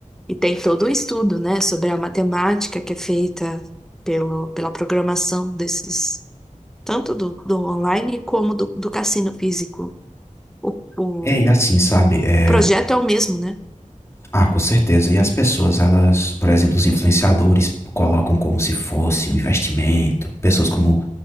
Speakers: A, in the centre; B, on the left (about 20°).
A: e tem todo o estudo, né, sobre a matemática que é feita pelo, pela programação desses, tanto do, do online como do, do cassino físico. O, o,
B: É, e assim, sabe? É,
A: o projeto é o mesmo, né?
B: Ah, com certeza. E as pessoas, elas, por exemplo, os influenciadores colocam como se fosse um investimento. Pessoas como,